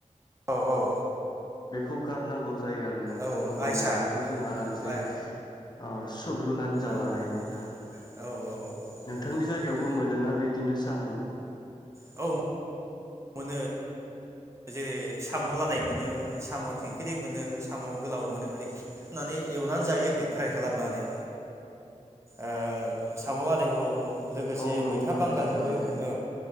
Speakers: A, on the right (about 20°); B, on the left (about 35°).
A: औ औ।
B: बेखौ गारनांगौ जायो आरो नोंथां
A: औ
B: होमबानिया
A: आयसा
B: बेखौ जों आरामसे
A: औ औ
B: ओ सोब्लुनानै जानो
A: औ
B: हायो नोंथां?
A: औ
B: नोंथांनि
A: औ
B: जायगायावबो
A: औ
B: मोनोना बिदिनो सामु
A: औ मोनो जेरै साम' लादाय मोनो साम' खेंख्रि मोनो सामाव गोलाव मोनो आरोखि। होननानै एवनानै जायो आरोखि फ्राय खालामनानै ओ साम' लादायखौ लोगोसे
B: औ नंगौ
A: मैथा
B: नोंथां
A: बांगालजोंबो
B: थारैनो
A: औ